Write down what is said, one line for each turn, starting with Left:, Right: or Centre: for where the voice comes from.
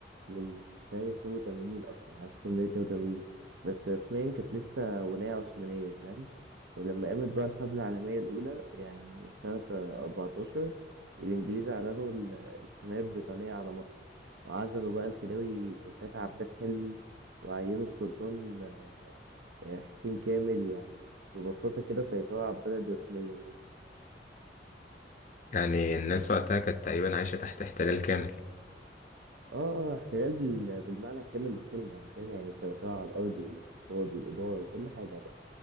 Right: من سنه 82 اصلا يعني 1882 بس رسميا كانت لسه ولايه عثمانيه فاهم ولما قامت بقى الحرب العالميه الاولى يعني سنه 14 الانجليز اعلنوا ال- الحمايه البريطانيه على مصر وعزلوا بقى الخديوي كان ساعتها عباس حلمي وعينوا السلطان آه، حسين كامل يعني ببساطة كده سيطرة على البلد رسميا يعني
Left: يعني الناس وقتها كانت تقريبا عايشة تحت احتلال كامل
Right: اه اه احتلال بال... بالمعنى الكامل للكلمة يعني فاهم يعني سيطرة على الأرض والاقتصاد والإدارة وكل حاجة بقى